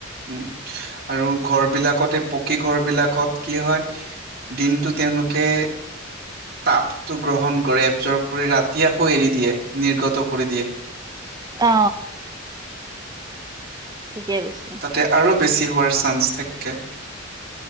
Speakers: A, on the right; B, on the right.
A: উম আৰু ঘৰ বিলাকতে পকী ঘৰ বিলাকত কি হয় দিনটো তেওঁলোকে তাপটো গ্ৰহণ কৰে এবজৰ্ভ কৰি ৰাতি আকৌ এৰি দিয়ে নিৰ্গত কৰি দিয়ে।
B: অ। ঠিকে কৈছে।
A: তাতে আৰু বেছি হোৱাৰ চান্স থাকে।